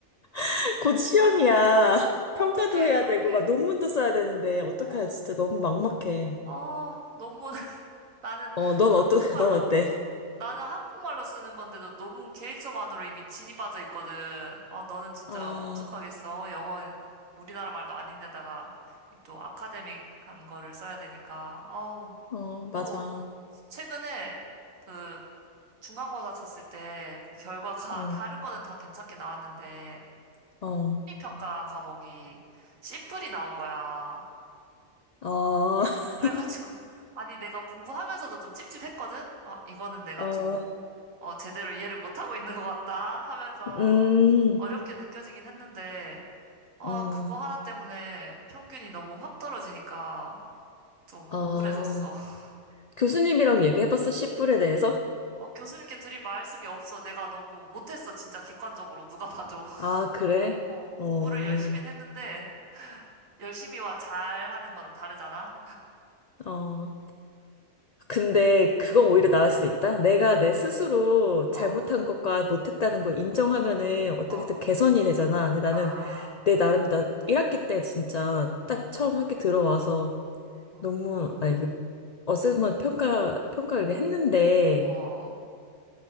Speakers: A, on the left; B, on the right.
A: <laughs> 곧 시험이야.
B: 어,
A: 평가도
B: 어떻게
A: 해야
B: 그렇게,
A: 되고, 막 논문도 써야 되는데, 어떡하지?
B: 어,
A: 진짜 너무 막막해.
B: 어, 너무 <laughs> 나는
A: 어, 넌 어떠,
B: 한국말로
A: <laughs> 넌 어때?
B: 나는 한국말로 쓰는 건데도 너무 계획서만으로 이미 진이 빠져 있거든. 아, 너는 진짜
A: 아.
B: 오죽하겠어. 영어, 우리나라 말도 아닌데다가 이또 아카데믹한 거를 써야 되니까. 아우,
A: 어, 맞아.
B: 또 최근에 그 중간고사 쳤을 때 그 결과가
A: 어,
B: <laughs> 다른 거는 다 괜찮게 나왔는데
A: 어,
B: 심리평가 과목이 C뿔이 나온 거야.
A: 어, <laughs>
B: 그래가지고, <laughs> 아니, 내가 공부하면서도 좀 찝찝했거든? 아, 이거는 내가
A: 어,
B: 조금, 어, 제대로 이해를 못하고 있는 것 같다 하면서
A: 음,
B: 어렵게 느껴지긴 했는데, 아,
A: 음,
B: 그거 하나 때문에 평균이 너무 확 떨어지니까 좀
A: 어.
B: 우울해졌어. <laughs>
A: 교수님이랑 얘기해봤어, 씨뿔에 대해서?
B: 어, 교수님께 드릴 말씀이 없어. 내가 너무 못했어. 진짜 객관적으로 누가 봐도. <laughs>
A: 아, 그래?
B: 어,
A: 어,
B: 공부를 열심히 했는데, 열심히와 잘하는 거는 다르잖아?
A: 어. 근데 그건
B: 어,
A: 오히려 나을 수도 있다. 내가 내 스스로 잘못한
B: 어,
A: 것과 못했다는 걸 인정하면은 어떻게든
B: 어,
A: 개선이 되잖아. 근데 나는
B: 아,
A: 내 나름 나 1학기 때 진짜 딱
B: 어,
A: 처음 학기 들어와서
B: 어,
A: 너무, 아니, 그 어세스먼트 평가, 평가를 했는데,
B: 어,